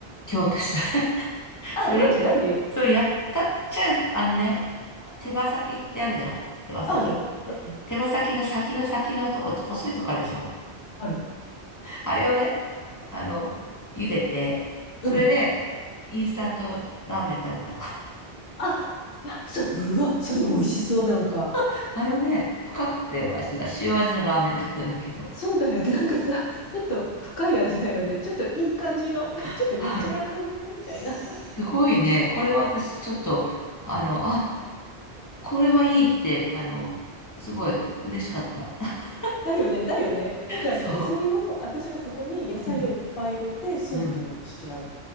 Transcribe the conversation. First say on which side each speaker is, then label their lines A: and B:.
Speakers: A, on the left; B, on the left.
A: 今日私、<laughs>
B: あ、
A: それ、
B: マジマジ
A: それやったっちゃ、あのね、手羽先ってあるじゃん。手羽先。
B: ある。うん。
A: 手羽先の先の先のとこって細いとこあるでしょ
B: ある。
A: あれをね、あの、茹でて、それで、
B: うん。
A: インスタントラーメン食べた。
B: あ、いや、そ、うわ、それ美味しそう、なんか。
A: <laughs> あのね、深かったよ、味が。塩味のラーメンだったんだけど。
B: そうだよね。<laughs> なんかさ、ちょっと深い味だよね。ちょっといい感じの、<laughs>
A: <laughs>
B: ちょっとリッチな感じのみたいな。
A: あのすごいね。これは私ちょっと、あの、あ、これはいいって、あの、すごい嬉しかった。<laughs>
B: だよね、だよね。だからね、
A: そ
B: それを、私はそこに野菜をいっぱい入れて、
A: う。うん。
B: スープにしちゃう。
A: うん。